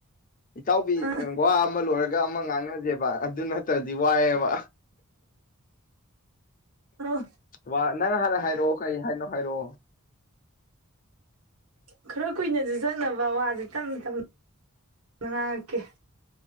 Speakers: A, on the left (about 40°); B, on the right (about 80°).
A: ꯏꯇꯥꯎꯕꯤ
B: ꯑ
A: ꯋꯥ ꯑꯃ ꯂꯣꯏꯔꯒ ꯒ ꯑꯃ ꯉꯥꯡꯅꯁꯦꯕ ꯑꯗꯨ ꯅꯠꯇ꯭ꯔꯗꯤ ꯋꯥꯏꯑꯦꯕ
B: ꯑ
A: ꯋꯥ ꯅꯪ ꯍꯥꯟꯅ ꯍꯥꯏꯔꯛꯑꯣ ꯀꯩ ꯍꯥꯏꯅꯣ ꯍꯥꯏꯔꯛꯑꯣ
B: ꯈꯔ ꯀꯨꯏꯅꯁꯨ ꯆꯠꯅꯕ ꯋꯥꯁꯦ ꯇꯞꯅ ꯇꯞꯅ ꯉꯥꯡꯉꯛꯀꯦ